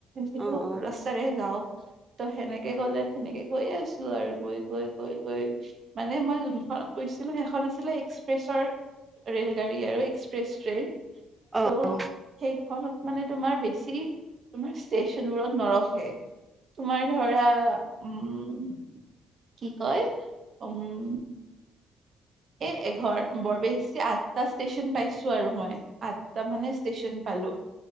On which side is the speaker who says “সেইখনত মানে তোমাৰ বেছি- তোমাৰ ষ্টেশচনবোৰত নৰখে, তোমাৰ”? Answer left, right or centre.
Right